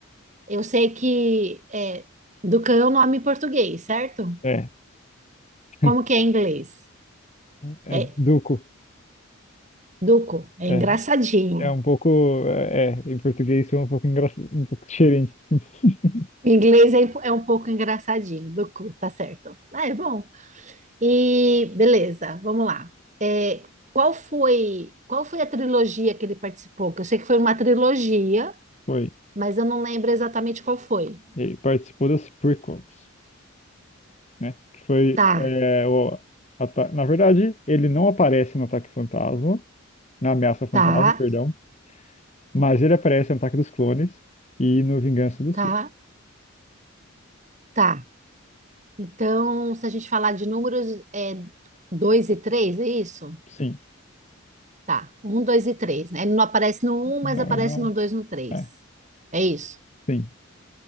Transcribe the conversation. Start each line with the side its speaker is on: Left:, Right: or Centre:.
Right: eu sei que é, Ducan é o nome em português, certo?
Left: é, <laughs>
Right: Como que é em inglês?
Left: é
Right: É
Left: Duco.
Right: Duco, é
Left: É,
Right: engraçadinho.
Left: é um pouco, é, é, em português isso é um pouco engraçado, um pouco diferente. <laughs>
Right: Em inglês é, é um pouco engraçadinho, Duco, tá certo. Ah, é bom. E beleza, vamos lá. É, qual foi, qual foi a trilogia que ele participou? Que eu sei que foi uma trilogia,
Left: Foi.
Right: mas eu não lembro exatamente qual foi.
Left: Ele participou das prequels. né? Que foi
Right: Tá,
Left: é, o ata- Na verdade, ele não aparece no Ataque Fantasma, na Ameaça Fantasma,
Right: tá,
Left: perdão, mas ele aparece no Ataque dos Clones e no Vingança do
Right: tá,
Left: Sith.
Right: tá. Então, se a gente falar de números, é 2 e 3, é isso?
Left: Sim.
Right: Tá, um, 2 e três. né? Ele não aparece no um,
Left: Não,
Right: mas aparece
Left: ele não.
Right: no 2 e no três.
Left: É,
Right: É isso?
Left: sim.